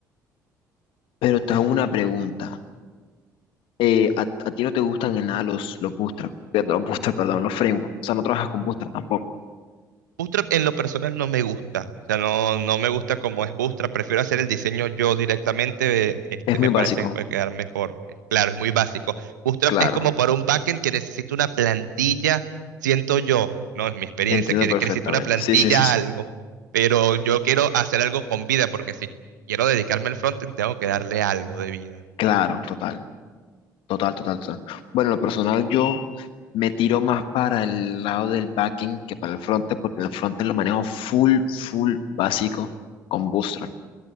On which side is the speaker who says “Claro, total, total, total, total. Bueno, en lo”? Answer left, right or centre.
Left